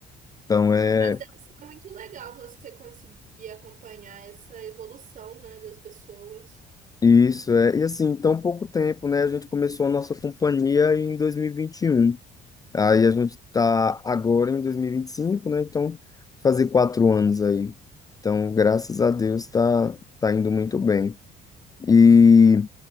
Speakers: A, on the left; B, on the right.
A: Então é
B: Mas deve ser muito legal você conseguir acompanhar essa evolução, né, das pessoas.
A: isso, é. E assim, tão pouco tempo, né? A gente começou a nossa companhia em 2021. Aí a gente está agora em 2025, né? Então, fazer quatro anos aí. Então, graças a Deus, tá, tá indo muito bem. E,